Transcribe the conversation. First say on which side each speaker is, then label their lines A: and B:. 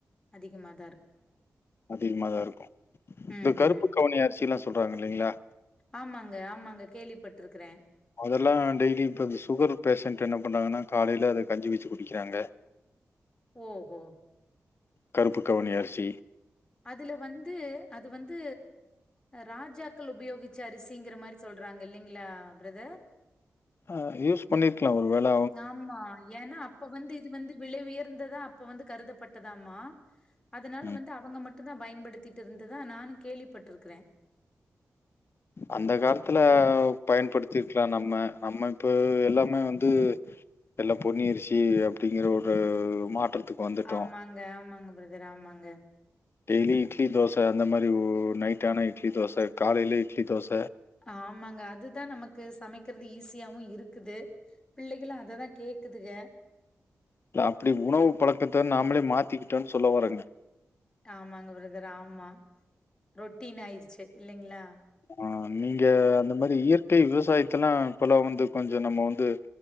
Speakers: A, on the left; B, on the left.
A: அதிகமாக
B: அதிகமாதா இருக்கு இந்த
A: ம்,
B: கருப்பு
A: ம்.
B: கவணி அரிசில்லா சொல்றாங்க இல்லைங்களா
A: ஆமாங்க ஆமாங்க கேள்விப்பட்டட்டுருக்குறே
B: அதெல்லா டெய்லி இப்ப இந்த சுகர் பேஷண்ட் என்ன பண்றாங்கன்னா காலேல அத கஞ்சி வச்சு குடிக்கிறாங்க
A: ஓஹோ
B: கருப்பு கவணி அரிசி
A: அதுல வந்து அது வந்து ராஜாக்கள் உபயோகிச்ச அரிசிங்கிற மாரி சொல்றாங்க இல்லைங்களா பிரதர்
B: ஆ யூஸ் பண்ணிரு க்கலா ஒரு வேல
A: ஆமா ஏன்னா அப்ப வந்து இது வந்து விலை உயர்ந்ததா அப்ப வந்து கருதப்பட்டதாமா அதனால
B: ம்.
A: வந்து அவங்க மட்டுந்தா பயன்படுத்தி இருந்ததா நானு கேள்விப்பட்டுருக்கிறே
B: அந்த காலத்துல பயன்படுத்திருக்கலா நம்ம நம்ம இப்ப எல்லாமே வந்து எல்லா பொன்னி அரிசி அப்டிங்கிற ஒரு மாற்றத்துக்கு வந்துட்டோம்.
A: ஆமாங்க ஆமாங்க பிரதர் ஆமாங்க
B: டெய்லி இட்லி தோச அந்த மாரி ஒரு நைட் ஆனா இட்லி தோச காலேல இட்லி தோச
A: ஆமாங்க அதுதா நமக்கு சமைக்கிறது ஈஸியாவு இருக்குது பிள்ளைகளு அததா கேக்குதுக
B: இல்ல அப்டி உணவு பழக்கத்த நாமளே மாத்திக்கிட்டோன்னு சொல்ல வர்றேங்க
A: ஆமாங்க பிரதர் ஆமா ரொட்டின் ஆயிருச்சி இல்லைங்ளா
B: ஆ நீங்க அந்த மாரி இயற்கை விவசாயத்தெல்லா இப்பெல்லா வந்து கொஞ்ச நம்ம வந்து